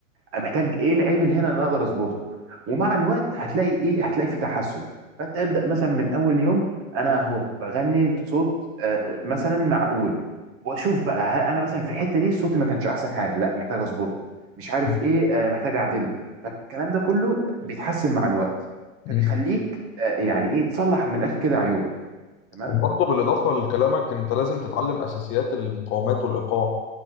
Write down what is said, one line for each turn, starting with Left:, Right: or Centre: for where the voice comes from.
Right: أنا محتاج ايه العيب اللي هنا اللي انا اقدر اظبطه ومع الوقت هتلاقي ايه هتلاقي في تحسن فانت ابدا مثلا من اول يوم انا اهو بغني بصوت آه، مثلا معقول واشوف بقى هل انا مثلا في الحته دي صوتي ما كانش احسن حاجه لا محتاج اظبطه مش عارف
Left: مم.
Right: ايه آه، محتاج اعدله فالكلام ده كله بيتحسن مع الوقت
Left: مم.
Right: فبيخليك آه، يعني ايه تصلح من الاخر كده عيوبك تمام
Left: وبرضه بالإضافة لكلامك أنت لازم تتعلم أساسيات المقاومات والإيقاع